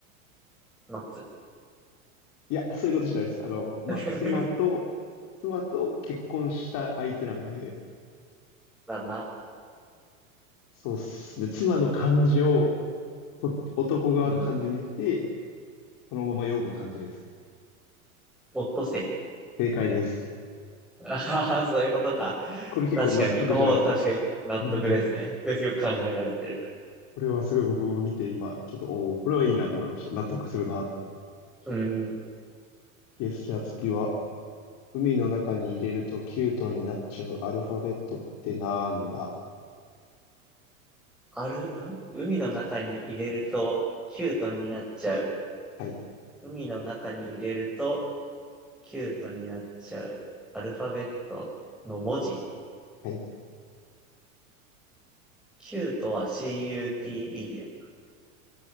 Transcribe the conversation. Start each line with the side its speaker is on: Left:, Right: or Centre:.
Centre: 松。
Left: いや、そういうことじゃないです。あの、まあ、
Centre: <laughs>
Left: 妻と、妻と結婚した相手なんで、
Centre: 旦那。
Left: そうっすね。妻の漢字を、そっち、男側の漢字にして、
Centre: うん。
Left: そのまま読む感じです。
Centre: オットセ
Left: 正解です。
Centre: イ。ああ、そういうことか。
Left: これ結構納得じゃないですか。
Centre: 確かに。おお、確かに。納得ですね。
Left: <laughs>
Centre: それよく考えられてる。
Left: これはすごい僕も見て今、ちょっと、おーこれはいいなと思いました。納得するな。
Centre: うん。
Left: よし、じゃあ次は、海の中に入れるとキュートになっちゃうアルファベットってなんだ
Centre: ある、ん海の中に入れると、キュートになっちゃう。
Left: はい、
Centre: 海の中に入れると、キュートになっちゃう。アルファベットの文字。
Left: はい。
Centre: キュートは CUTE だよ。